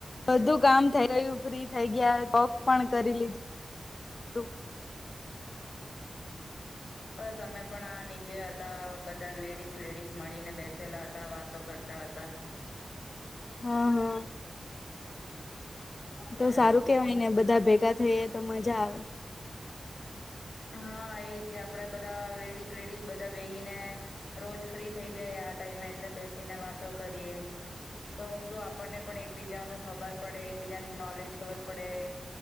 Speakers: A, on the left; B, on the left.
A: બધું કામ થઇ ગયું ફ્રી થઈ ગયા. પક પણ કરી લીધું
B: બ અમે પણ આ નીચે હતા બધા લેડીસ લેડીઝ મળીને બેસેલા હતા વાતો કરતા ખાતા
A: હા હા. તો
B: હ
A: સારું કેવાય ને બધા ભેગા થઈ તો મજા આવે.
B: હા એજ આપડે બધા લેડીઝ લેડીઝ બધ ધા બેસી ને રોજ ફ્રી થઈ જાય આ ટાઈમ એટલે બેસીને વાતો કરીએ. તો હું શું આપણને પણ એકબીજા ન ખબર પડે એકબીજ તની નોલેજ ખબર પડે